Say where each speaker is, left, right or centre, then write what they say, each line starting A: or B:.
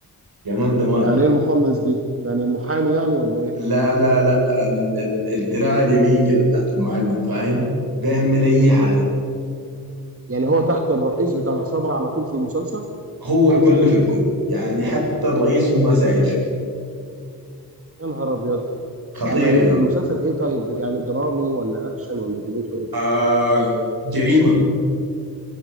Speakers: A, on the right (about 70°); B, on the right (about 35°).
A: يا مان دمار
B: يعني ايه المخلص دي يعني المحامي يعني ولا ايه
A: لا لا لا ال- ال- الدراع اليمين كده بتاعت المعلم فاهم بيعمل اي حاجه
B: يعني هو تحت الرئيس بتاع العصابة على طول في المسلسل
A: هو الكل في الكل يعني حتى الرئيس هو ما سائل فيه
B: يا نهار أبيض
A: خطير
B: طب آه،
A: يعني
B: المسلسل إيه طيب يعني درامي ولا أكشن ولا دنيته إيه
A: آه جريمة